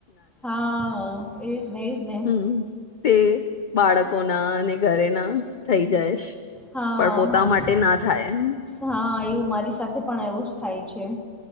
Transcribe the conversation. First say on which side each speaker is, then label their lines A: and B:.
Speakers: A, in the centre; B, on the left.
A: હા. એજ ને એજ ને.
B: હમ્મ, તે બાળકોના અને ઘરે ના થઈ જાયશ.
A: હા
B: પણ પોતા
A: હા
B: માટે ના થાય એમ.
A: હા એવું મારી સાથે પણ એવું જ થાય છે.